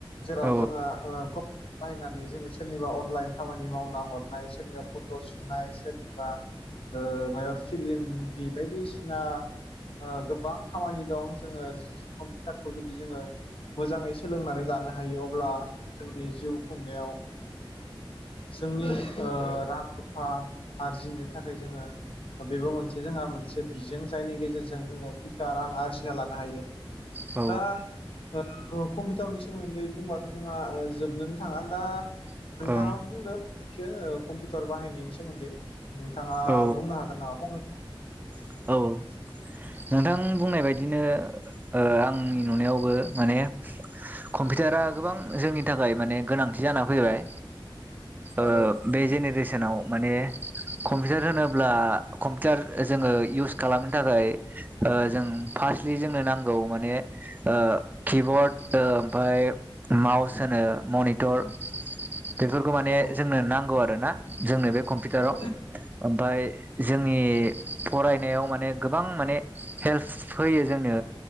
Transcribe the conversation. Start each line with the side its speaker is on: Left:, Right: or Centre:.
Left: जेराव
Right: औ
Left: जोङा ओ कम्पुटार बाहायनानै जोङो सोरनिबा अनलाइन खामानि मावना हरनाय सोरनिबा फट सुनाय सोरनिबा ओ मा फिलिम बायदिसि सिना ओ गोबां खामानि दं जोङो कम्पिउटारखौ जुदि जोङो मोजाङै सोलोंनानै लानो हायो अब्ला जोंनि जिउ खुंनायाव जोंनि ओ रां रुफा आरजिनो थाखाय जोङो बेबो मोनसे जोंहा मोनसे बिजों जायनि गेजेरजों जोङो फैसा रां आरजिना लानो हायो
Right: औ
Left: दा नंगौ कम्पिउटारनि सोमोन्दै बुंबाथ जोंहा ओ जोबनोनो थाङा दा
Right: ओं
Left: नोंथाङाबो बुंदो फंनैसो ओ कम्पिउटार बाहायनायनि सोमोन्दै नोंथाङा
Right: औ
Left: बुंनो हागोन नामा फंनै
Right: औ नोंथां बुंनाय बायदिनो ओ आंनि नुनायावबो माने कम्पिउटारा गोबां जोंनि थाखाय माने गोनांथि जाना फैबाय। ओ
Left: औ
Right: बे जेनेरेसनाव माने कम्पिउटार होनोब्ला कम्पिटार जोङो इउस खालामनो थाखाय। ओ जों स्लि जोंनो नांगौ माने ओ किबर्ड ओ ओमफफ्राय माउस होनो मनिटर बेफोरखौ माने
Left: औ
Right: जोंनो नांगौ आ <unintelligible> ना जोंनो बे कम्पिउटाराव
Left: औ
Right: ओमफफ्राय जोंनि फरायनायाव माने गोबां माने हेल्स फैयो जोंनो